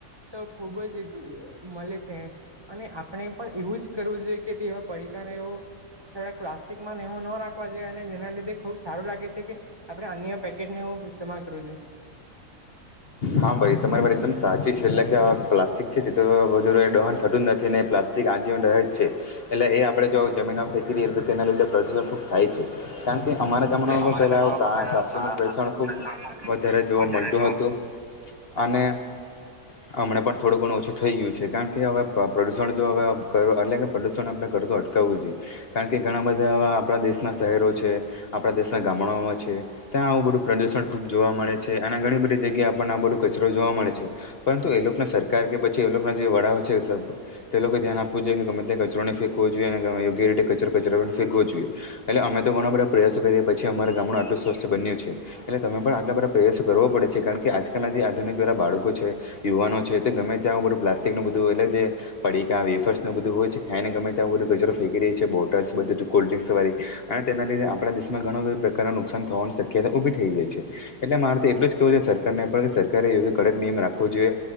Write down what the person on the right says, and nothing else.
તો ખુબ જ મળે છે. અને આપણે પણ એવું જ કરવું જોઈએ કે તેવા પડીકાને એવું થોડાક પ્લાસ્ટિકમાં નેવું ન રાખવા જોઈએ અને જેના લીધે ખુબ સારું લાગે છે કે આપડે અન્ય પેકેટ નેવું ઇસ્તેમાલ કરવું જોઈએ.
અમારા
જમાનામાં
પેલા
વધારે